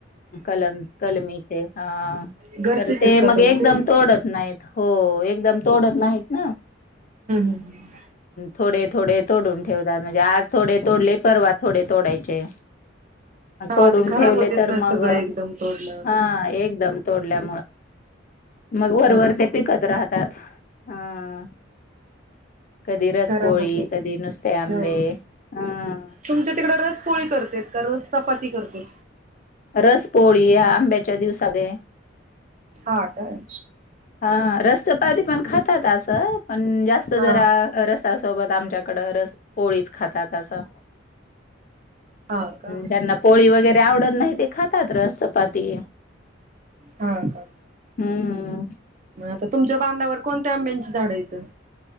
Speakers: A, on the left; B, on the right.
A: कलम कलमीचे हा
B: घरचेच
A: तर ते
B: आहेत का
A: मग
B: तुमचे?
A: एकदम
B: हम्म
A: तोडत नाही.. हो एकदम... तोडत नाहीत ना
B: हम्म हम्म
A: थोडे थोडे तोडून ठेवतात म्हणजे आज... थोडे तोडले परवा थोडे तोडायचे...
B: हा
A: तोडून
B: ते खराब
A: ठेवले
B: होतेत
A: तर
B: ना
A: मग
B: सगळे एकदम तोडल्यावर
A: हा एकदम तोडल्या... मग वरवर
B: हा
A: ते पिकत राहत.. हा कधी रसपोळी
B: खराब होतेत.
A: कधी नुसते आंबे...
B: हम्म
A: हा
B: तुमच्या तिकडं रस पोळी करते का रस चपाती करते..
A: रस पोळी या आंब्याच्या दिवसाले..
B: हा काय...
A: ह रस चपाती पण खातात असं पण जास्त
B: हा
A: जरा रसा... सोबत आमच्याकड रस पोळीच खातात असं..
B: हा का
A: त्यांना पोळी वगैरे आवडत नाही ते खातात रस चपाती...
B: हा का...
A: हम्...
B: हता तुमच्या बांधावर कोणत्या आंब्यांची झाडं येतं..